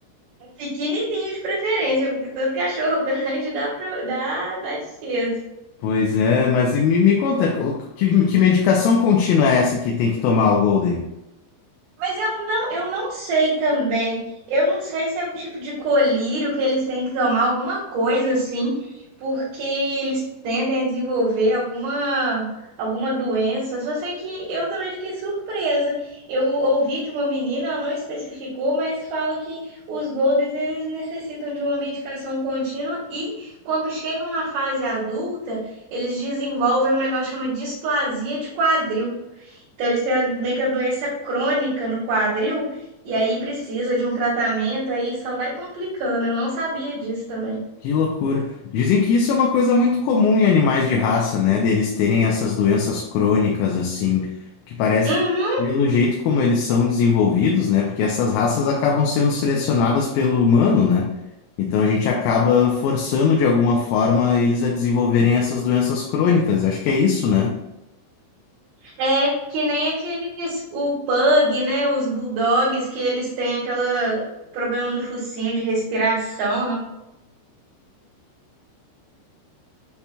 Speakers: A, on the right (about 65°); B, on the left (about 80°).
A: Pequenininho de preferência, porque todo cachorro <laughs> grande dá, pro, dá, dá despesa.
B: Pois é, mas e me, me conta, co- que, que medicação contínua é essa que tem que tomar o Golden?
A: Mas eu não, eu não sei também. Eu não sei se é um tipo de colírio que eles têm que tomar alguma coisa assim, porque eles tendem a desenvolver alguma alguma doença. Só sei que eu também fiquei surpresa. Eu ouvi de uma menina, ela não especificou, mas fala que os Golders eles necessitam de uma medicação contínua e quando chegam na fase adulta, eles desenvolvem um negócio que chama displasia de quadril. Então, eles têm meio que a doença crônica no quadril, e aí precisa de um tratamento, aí só vai complicando. Eu não sabia disso também.
B: Que loucura. Dizem que isso é uma coisa muito comum em animais de raça, né? Deles terem essas doenças crônicas, assim, que parece
A: Uhum,
B: que, pelo jeito como eles são desenvolvidos, né? Porque essas raças acabam sendo selecionadas pelo humano, né? Então a gente acaba forçando de alguma forma eles a desenvolverem essas doenças crônicas. Acho que é isso, né?
A: é que nem aqueles, o pug, né? Os bulldogs, que eles têm aquela problema no focinho de respiração, né?